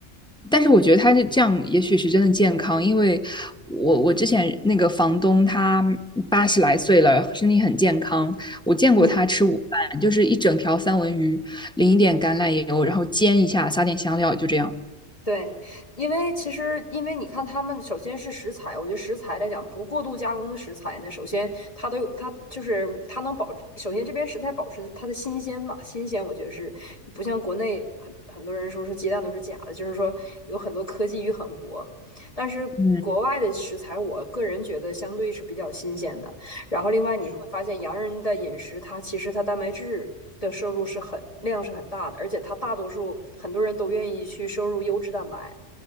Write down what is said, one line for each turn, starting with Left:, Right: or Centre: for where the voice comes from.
Centre: 但是我觉得他是这样，也许是真的健康，因为我我之前那个房东他八十来岁了，身体很健康，我见过他吃午饭，
Left: 嗯。
Centre: 就是一整条三文鱼，淋一点橄榄油，然后煎一下，撒点香料，就这样。
Left: 对，因为其实，因为你看，他们首先是食材，我觉得食材来讲，不过度加工的食材呢，首先它都有，它就是它能保，首先这边食材保持它的新鲜嘛，新鲜，我觉得是不像国内很很多人说是鸡蛋都是假的，就是说有很多科技与狠活，但是国外的食材，
Centre: 嗯
Left: 我个人觉得相对是比较新鲜的。然后另外你会发现，洋人的饮食它其实它蛋白质的摄入是很量是很大的，而且它大多数很多人都愿意去摄入优质蛋白。